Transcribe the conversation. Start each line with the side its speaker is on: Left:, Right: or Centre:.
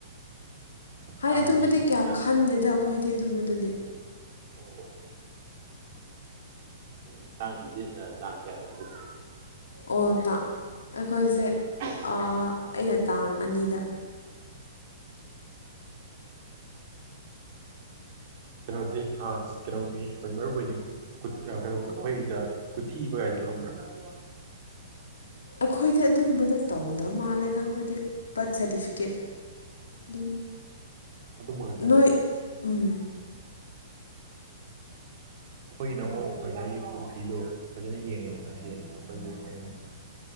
Left: ꯍꯥꯏ
Right: ꯀꯥꯡꯗꯤ
Left: ꯑꯗꯨꯝꯕꯗꯤ ꯀꯌꯥ
Right: ꯇꯥꯡ
Left: ꯈꯟꯗꯦꯗ ꯑꯩꯈꯣꯏꯗꯤ ꯑꯗꯨꯝꯕꯗꯨꯗꯤ
Right: ꯑꯣ ꯅꯣꯏ ꯇꯥꯡ ꯇꯥꯡ ꯀꯌꯥꯗ ꯄꯣꯛꯄꯣ
Left: ꯑꯣ ꯇꯥ ꯑꯩꯈꯣꯏꯁꯦ
Right: ꯑꯗꯨꯗꯤ
Left: ꯑꯩꯅ ꯇꯥꯡ ꯑꯅꯤꯗ
Right: ꯀꯩꯅꯣꯗꯤ ꯑ ꯀꯩꯅꯣꯒꯤ ꯍꯣꯏ ꯃꯔꯨ ꯑꯣꯏꯗꯤ ꯀꯩꯅꯣ ꯑꯩꯈꯣꯏꯗ ꯀꯨꯊꯤꯕꯒꯥꯏꯗꯨꯣ ꯈꯪꯕ꯭ꯔꯥ
Left: ꯑꯩꯈꯣꯏꯗꯤ ꯑꯗꯨꯒꯨꯝꯕꯗ ꯇꯧꯗꯕ ꯃꯥꯜꯂꯦꯗ ꯑꯩꯈꯣꯏꯗꯤ ꯕꯥꯔꯠ ꯁꯥꯔꯇꯤꯐꯤꯀꯦꯠ ꯑꯗꯨꯝ
Right: ꯑꯗꯨ ꯃ ꯀꯜ
Left: ꯅꯣꯏ ꯎꯝ
Right: ꯑꯩꯈꯣꯏꯒꯤꯅ ꯑꯃꯨꯛ ꯐꯖꯅ ꯌꯦꯡꯉꯦꯕ ꯉꯁꯤ ꯑꯩꯈꯣꯏꯒꯤ ꯀꯩ ꯍꯥꯏꯅꯤ